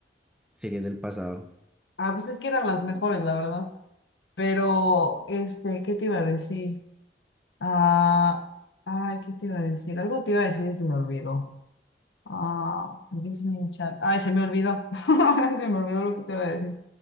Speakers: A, in the centre; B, on the left.
A: series del pasado.
B: Ah, pues es que eran las mejores, la verdad. Pero, este, ¿qué te iba a decir? Ah, ay, ¿qué te iba a decir? Algo te iba a decir y se me olvidó. Ah, Disney Channel. Ay, se me olvidó. <laughs> Se me olvidó lo que te iba a decir.